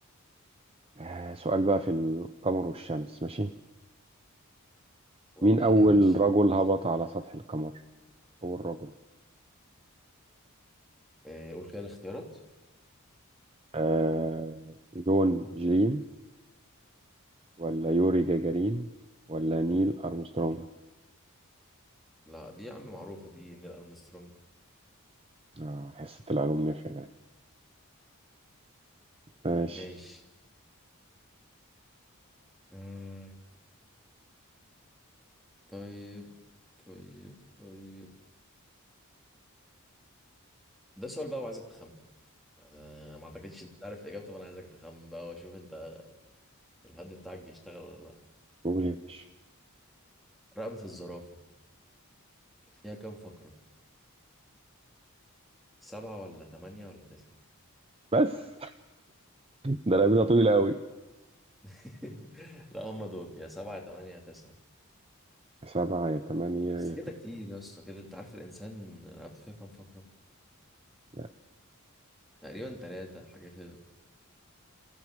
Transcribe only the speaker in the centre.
وديني
يا باشا
وديني
آه، قول كده الاختيارات
لا دي يا عم معروفة دي نيل أرمسترونج
ماشي آه، طيب طيب طيب ده سؤال بقى وعايزك تخمن يعني أنا ما اعتقدش انت عارف اجابته فانا عايزك تخمن بقى واشوف انت الهد بتاعك بيشتغل ولا لا
رقبة الزرافة فيها كام فقرة سبعة ولا تمانية ولا تسعة
<laughs> لا هم دول يا سبعة يا تمانية يا تسعة
بس كده
كتير يا اسطى كده انت عارف الانسان رقبته فيها كام فقرة
تقريبا تلاتة حاجة كده